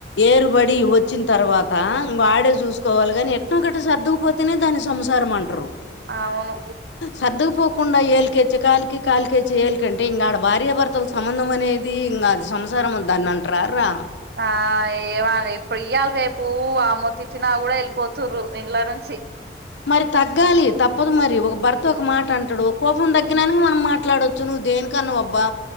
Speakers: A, on the left; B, on the right.
A: ఏరుబడి వచ్చిన్ తర్వా త్ తా వాడే చూస్కోవాలి గనీ ఎట్నో గట్ట సర్దుకుపోతేనే దాన్ని సంసారం అంటరు.
B: అవును
A: సర్దుకుపోకుండా ఏలికేచ్చే కాలికి కాలికె చ్చే ఏలికి కంటే ఇంగ ఆడ భార్యాభర్తల సంబంధం అనేది ఇంగా అది సంసారం అన్ దాన్ని అంటరార్రా
B: ఆ ఏమది ఇప్పుడ్ ఇయ్యాల్ రేపూ ఆ మొతి ఇచ్చిన కూడా ఎళ్ళిపోతుర్రు ఇంట్ల నుం చి
A: మరి తగ్గాలి తప్పదు మరి ఒక భర్త ఒక మాట అంటడు. కోపం తగ్గినానికి మనం మాట్లాడొచ్చు నువ్ దే దేనికన్నవబ్బా